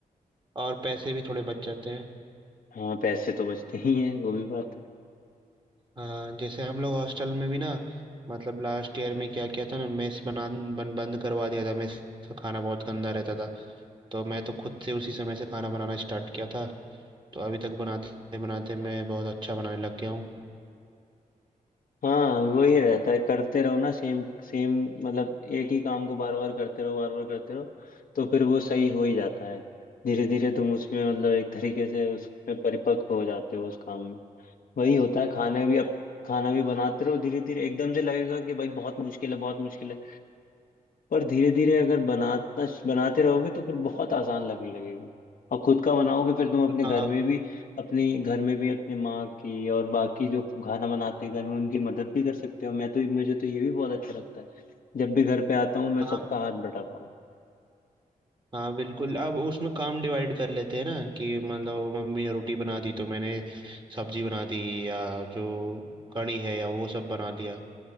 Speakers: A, on the right (about 30°); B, on the left (about 65°).
A: और पैसे भी थोड़े बच जाते हैं
B: हाँ पैसे तो बचते ही हैं वो भी बात है
A: हाँ जैसे हम लोग हॉस्टल में भी ना मतलब लास्ट ईयर में क्या किया था ना मेस बना बन, बंद करवा दिया था मेस का खाना बहुत गंदा रहता था तो मैं तो खुद से उसी समय से खाना बनाना स्टार्ट किया था तो अभी तक बनाते बनाते मैं बहुत अच्छा बनाने लग गया हूँ
B: हाँ वही रहता है करते रहो ना सेम सेम मतलब एक ही काम को बार बार करते रहो बार बार करते रहो तो फिर वो सही हो ही जाता है धीरे धीरे तुम उसमें मतलब एक तरीके से उसमें परिपक्व हो जाते हो उस काम में वही होता है खाना भी अब खाना भी बनाते रहो धीरे धीरे एकदम से लगेगा कि भाई बहुत मुश्किल है बहुत मुश्किल है पर धीरे धीरे अगर बनाता बनाते रहोगे तो फिर बहुत आसान लगने लगेगा और खुद का बनाओगे फिर तुम अपने
A: हाँ
B: घर में भी अपनी घर में भी अपनी माँ की और बाकी जो खाना बनाते हैं घर में उनकी मदद भी कर सकते हो मैं तो मुझे तो ये भी बहुत अच्छा लगता है जब भी घर पे आता हूँ मैं
A: हाँ
B: सबका हाथ बटाता हूँ
A: हाँ बिल्कुल अब उसमें काम डिवाइड कर लेते हैं ना कि मतलब मम्मी ने रोटी बना दी तो मैंने सब्जी बना दी या जो कड़ी है या वो सब बना दिया